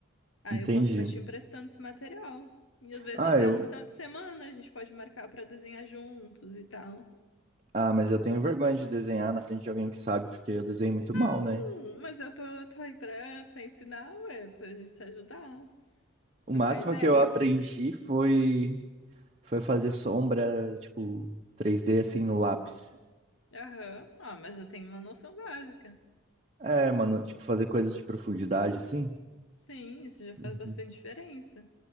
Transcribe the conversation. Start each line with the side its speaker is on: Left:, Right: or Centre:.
Left: Ah,
Right: Entendi.
Left: eu posso estar te emprestando esse material. E às vezes
Right: Ah,
Left: até
Right: eu
Left: no final de semana a gente pode marcar pra desenhar juntos e tal.
Right: Ah, mas eu tenho vergonha de desenhar na frente de alguém que sabe, porque eu desenho muito mal,
Left: Hum,
Right: né?
Left: mas eu tô, tô aí pra, pra ensinar, ué, pra gente se ajudar,
Right: O
Left: trocar
Right: máximo
Left: ideia.
Right: que eu aprendi foi foi fazer sombra, tipo, 3D assim no lápis.
Left: Aham. Ah, mas já tem uma noção básica.
Right: É, mano, tipo, fazer coisas de profundidade assim.
Left: Sim, isso já faz
Right: Uhum.
Left: bastante diferença.